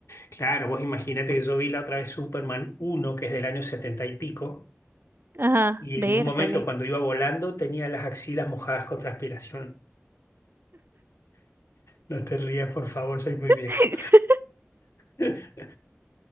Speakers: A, on the left; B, on the right.
A: claro, vos imagínate que yo vi la otra vez Superman uno que es del año 70 y pico,
B: Ajá,
A: y
B: vértale.
A: en un momento cuando iba volando tenía las axilas mojadas con transpiración. No te rías, por favor, soy muy viejo.
B: <laughs>
A: <laughs>